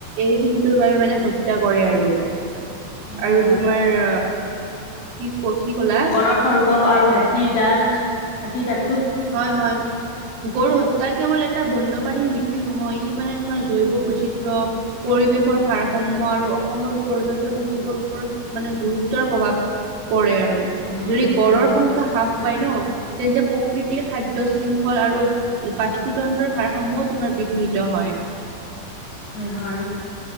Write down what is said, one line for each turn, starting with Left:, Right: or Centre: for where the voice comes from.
Right: এই শিংটোৰ বাবে মানে হত্যা কৰে আৰু-
Left: হয়
Right: আৰু
Left: হয়
Right: তোমাৰ। কি ক কি ক'লা-
Left: গঁড়ৰ সৰ্গ আৰু হাতীৰ, দাঁত হাতীৰ দাঁত,
Right: হয় হয় গৰু সত্যা কেৱল এ এটা বন্যপাণীৰ মৃত্যু নহয় ই মানে তোমাৰ জৈৱ
Left: উম, উম।
Right: বৈচিত্ৰয়- পৰিৱেশৰ ভাৰসাম্য আৰু অসমৰ পৰ্যটন উদ্যোগৰ ওপৰত মানে গুৰুত্বৰ প্ৰভাৱ- কৰে আৰু
Left: উম, উম,
Right: যদি গড়ৰ
Left: উম,
Right: সংবাদ হ্ৰাস পায় ন তেন্তে প্ৰকৃতিৰ খাদ্য শৃংখল আৰু বাস্তুতন্ত্ৰৰ ভাৰাসমূহ তোমাৰ বিঘ্নিত হয়।
Left: হয় হয়